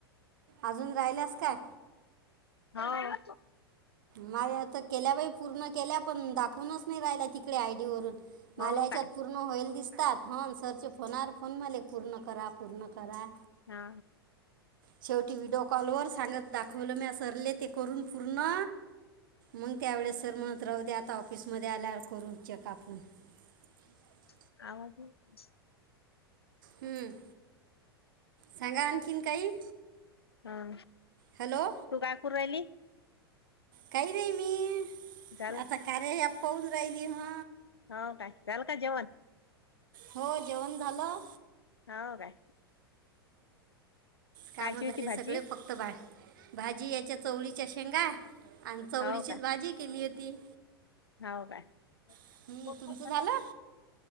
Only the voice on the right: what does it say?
अजून राहिल्यास काय?
माझं आता केल्या बाई पूर्ण केल्या पण, दाखवूनच नाही राहिल्या तिकडे आय डी वरून. मालाच्यात
पूर्ण होईल दिस तात हा सरचे फोनवर फोन मले पूर्ण करा. पूर्ण करा.
शेवटी व्हिडिओ कॉल वर सांगत दाखवलं मी सरले ते करून पूर्ण मग त्यावेळेस सर म्हणत राहू दे आता ऑफिसमध्ये आल्यावर करू चेक आपण. <unintelligible>
हम्म्. सांगा आणखीन काही.
हॅलो
काही नाही. मी
आता कार्य ॲप पाहून राहिली ह.
हो. जेवण झालं.
कामं
झाले
सगळे फक्त भा भाजी याच्या चवळीच्या शेंगा आणि चवळीचीच
भाजी केली होती.
हं,
तुमचं झालं